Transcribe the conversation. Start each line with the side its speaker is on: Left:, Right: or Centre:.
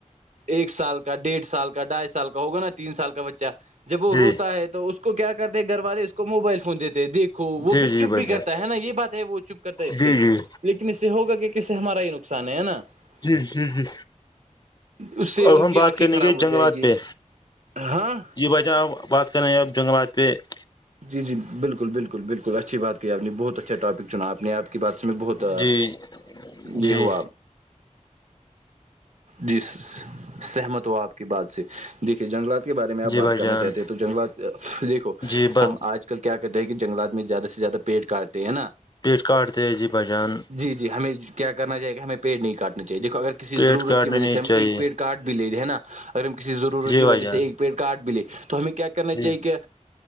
Right: ایک سال کا ڈیڑھ سال کا ڈھائی سال کا ہوگا نا تین سال کا بچہ جب وہ
Left: جی
Right: روتا ہے تو اس کو کیا کرتے ہیں گھر والے اس کو موبائل فون دیتے ہیں دیکھ وہ
Left: جی
Right: پھر
Left: جی
Right: چپ
Left: بھائی
Right: بھی کرتا
Left: جان
Right: ہے نا یہ بات ہے وہ چپ کرتا ہے اس سے
Left: جی جی
Right: لیکن اس سے ہوگا کہ کس سے ہمارا ہی پسان ہیں نا <unintelligible>
Left: جی جی
Right: اس سے ان
Left: اب ہم
Right: کی
Left: بات
Right: آنکھیں
Left: کریں
Right: خراب
Left: گے
Right: ہو
Left: جنگلات
Right: جائے گی
Left: پہ
Right: ہاں
Left: جی بھائی جان آپ بات س نیب جنگلات <unintelligible>
Right: جی جی بالکل بالکل بالکل اچھی بات کی آپ نے بہت اچھا ٹاپک چنا آپ نے آپ کی بات سے میں بہت
Left: جی جی
Right: یہ ہوا جی سہمت ہو آپ کی بات سے دیکھیے جنگلات بارے میں آپ
Left: جی
Right: بات
Left: بھائی
Right: کرنا
Left: جان
Right: چاہتے ہیں تو جنگلات دیکھو
Left: جی ب
Right: ہم آج ل کیا کرتے ہیں کہ جنگلات میں زیادہ سے زیادہ پیٹ کاٹتے ہیں نا
Left: پیٹ کاٹ تے ی بچان
Right: جی جی ہمیں کیا کرنا چاہے گا ہمیں پیڑ نہیں کاٹنے چاہیے دیکھو اگر کسی
Left: پیٹ
Right: ضرورت
Left: کاٹنے
Right: کی وجہ
Left: نہیں
Right: سے ہم
Left: چاہیے
Right: ایک پیڈ کارڈ بھی لے لیں ہے نا اگر ہم کسی ضرورت
Left: جی
Right: کی
Left: بھائی
Right: وجہ
Left: جان
Right: سے ایک پیڑ کاٹ بھیلے تو ہمیں کیا کرنا
Left: جی
Right: چاہیے کہ